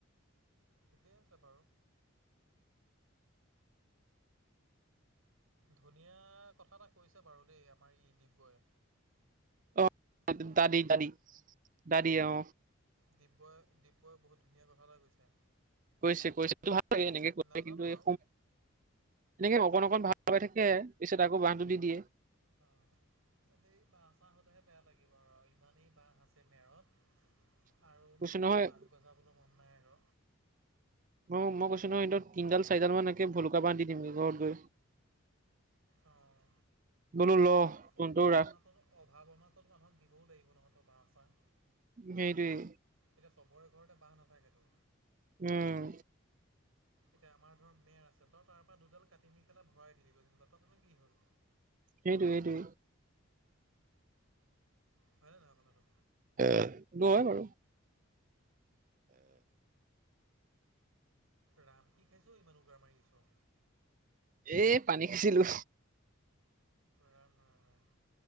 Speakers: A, on the right; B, on the right.
A: ঠিকেই আছে বাৰু। ধুনীয়া কথা এটা কৈছে বাৰু দেই আমাৰ ই দিব্যয়ে।
B: অ', দাদি দাদি দাদি অ।
A: দিব্যই দিব্যই বহুত ধুনীয়া কথা এটা কৈছে
B: কৈছে কৈছে ভাল লাগে এনেকে কৈছে
A: নাজানো
B: কিন্তু এই
A: আৰু
B: এনেকে অকণ অকণ ভাল হৈ থাকে পিছত আকৌ বাঁহটো দি দিয়ে
A: অ সেই বাঁহ চাহ হলেহে বেয়া লাগিব আৰু ইমানেই বাঁহ আছে মেৰত আৰু
B: কৈছো
A: মানে
B: নহয়
A: তোৰ বাঁহ গজাবলেও মন নাই আৰু
B: অ মই কৈছো নহয় সেইটো তিনডাল চাৰিডাল মান একে ভলুকা বাঁহ দি দিমগে ঘৰত গৈ
A: অঁ
B: বোলো ল
A: এ
B: তহতৰো
A: অভাৱ
B: ৰাস
A: অনাতন অভাৱ অনাতন মানুহক দিবও লাগিব নহঁয় তই বাঁহ চাঁহ
B: সেইটোৱে
A: এতিয়া চবৰে ঘৰতে বাঁহ নাথাকে তো
B: উম
A: এতিয়া আমাৰ ধৰ মেৰ আছে তই তাপা দুডাল কাটি নি পেলাই ভৰাই দিলি গৈ যেনিবা তাতে নো কি হ'ল
B: সেইটোৱে সেইটোৱে
A: হয় নে নহয় কথাটো
B: এ সেইটো হয় বাৰু
A: ৰাম কি খাইছ অ ইমান উগাৰ মাৰিছ
B: এ পানী খাইছিলো
A: ৰাম ৰাম